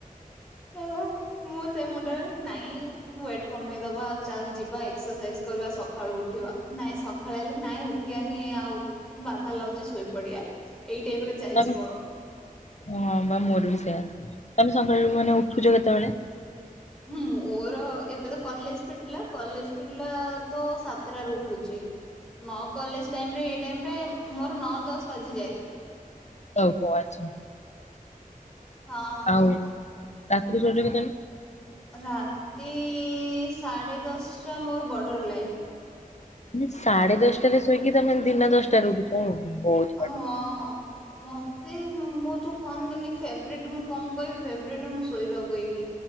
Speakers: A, in the centre; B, on the left (about 50°).
A: <unintelligible> ମୁଁ ସେ ମୁଣ୍ଡରେ ନାଇଁ ୱେଟ କମେଇଦବା ଚାଲ ଯିବା ଏକ୍ସରସାଇଜ କରିବା ସକାଳୁ ଉଠିବା। ନାଇଁ ସଖାଳ ହେଲେ ନାଇଁ ଉଠିବାନି ଆଉ ବାଧା ଲାଗୁଚି ଶୋଇପଡିବା। ଏଇ ଟାଇପ୍ ର ଚାଲିଚି
B: ନହେଲେ
A: ମୋର।
B: ହଁ ବା ମୋର ବି ସେୟା। ତମେ ସକାଳେ ମାନେ ଉଠୁଚ କେତେବେଳେ?
A: ହୁଁ ମୋର ଏବେ ତ କଲେଜ୍ ଫିଟିଲା କଲେଜ୍ ଫିଟିଲା ତ ସାତଟାରେ ଉଠୁଚି। ନ କଲେଜ୍ ଟାଇମ ରେ ଏଇ ଟାଇମ ରେ ମୋର ନଅ ଦଶ ବାଜିଯାଏ।
B: <unintelligible> ଆଚ୍ଛା।
A: ହଁ
B: ଆଉ, ରାତିରେ ଶୋଉଚ କେତେବେଳେ?
A: ରାତି ସାଢ଼େ ଦଶଟା ମୋର ବର୍ଡର ଲାଇନ୍।
B: ମାନେ ସାଢେ ଦଶଟାରେ ଶୋଇକି ତମେ ଦିନ ଦଶଟାରେ ଉଠିଚ। <unintelligible>
A: ହଁ। ମତେ ମୋ ଯୋଉ କହନ୍ତିନି ଫେବରେଟ୍ ମୁଁ କଣ କହିବି ଫେବରେଟ୍ ରେ ମୁଁ ଶୋଇବାକୁ କହିବି।